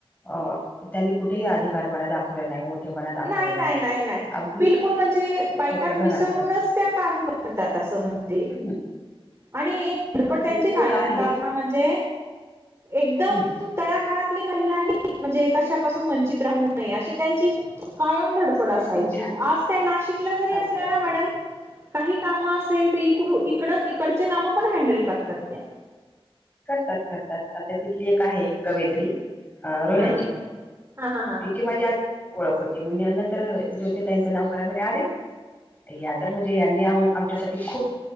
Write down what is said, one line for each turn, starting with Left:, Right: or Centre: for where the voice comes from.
Left: अ त्यांनी कुठेही अधिकारपणा दाखवला नाही मोठेपणा दाखवला
Right: नाही नाही नाही नाही
Left: अगदी
Right: बिलकुल म्हणजे बायकात
Left: छोट्या
Right: मिसळूनच
Left: घरात पण
Right: त्या काम करतात असं म्हणजे
Left: हम्म
Right: आणि एक धडपड त्यांची
Left: तिथे
Right: कायम
Left: एक आहे
Right: का म्हणजे एकदम
Left: हम्म
Right: तळा गाळातली महिला ह म्हणजे कशापासून वंचित राहू नये अशी त्यांची कायम दडपडा असते.
Left: इच्छा
Right: आज नाशिकला जरी
Left: अगदी
Right: असल्या
Left: अगदी
Right: ना मॅडम काही काम असेल तर इकडून इकडं इकडचे काम पण हँडल करतात त्या
Left: करतात करतात आता तिथली एक आहे कवित्री अ रोह्याची
Right: हा हा हा हा हा हा
Left: तिची माझी आ ओळख होती मग नंतर ज्योतीताईचं नाव कळलं म्हणे अरे या तर म्हणजे यांनी आ आमच्यासाठी खूप